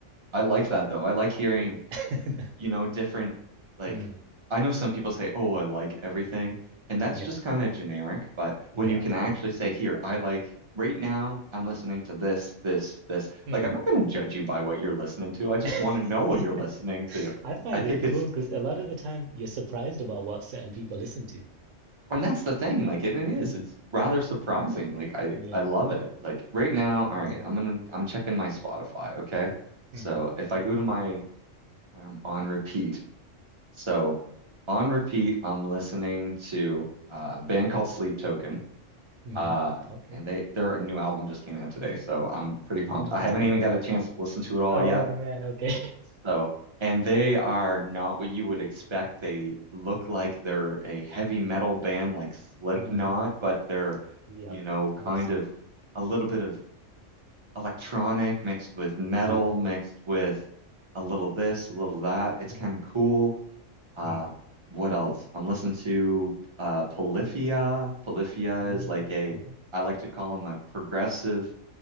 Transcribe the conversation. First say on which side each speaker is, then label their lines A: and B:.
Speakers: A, on the right; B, on the right.
A: I like that though. I like hearing,
B: <laughs>
A: you know, different like
B: Mm,
A: I know some people say, "Oh, I like everything." And that's
B: yeah,
A: just kind of generic, but
B: yeah,
A: when you can
B: yeah.
A: actually say, "Here, I like right now I'm listening to this, this, this."
B: Mm.
A: Like I'm not going to judge you by what you're listening to. I just
B: <laughs>
A: want to know what
B: Yeah.
A: you're listening to.
B: I find
A: I think
B: it cool
A: it's
B: because a lot of the time you're surprised about what certain people listen to.
A: And that's the thing, like, and it is,
B: Mm,
A: it's rather surprising. Like, I,
B: yeah,
A: I love it. Like, right now, all right,
B: yeah,
A: I'm gonna, I'm checking my Spotify, okay? So
B: mm,
A: if I
B: yeah.
A: go to my, um, on repeat. So on repeat, I'm listening to uh, a band called Sleep Token.
B: hmm
A: Uh,
B: Okay.
A: and they, their new album just came out today, so I'm pretty pumped.
B: Oh,
A: I
B: did
A: haven't even
B: it?
A: got a chance to listen to it all
B: Oh
A: yet.
B: man, okay.
A: So, and they are not what you would expect. They look
B: <laughs>
A: like they're a heavy metal band like Slipknot,
B: Mm-hmm.
A: but they're,
B: Yeah.
A: you know, kind
B: Oh, slip.
A: of a little bit of electronic mixed with metal,
B: Yeah.
A: mixed with a little this,
B: Cool.
A: a little that. It's
B: Mm,
A: kind of cool. Uh,
B: mm,
A: what else? I'm listening to uh, Polyphia. Polyphia
B: mm,
A: is like a,
B: hmm
A: I like to call them a progressive,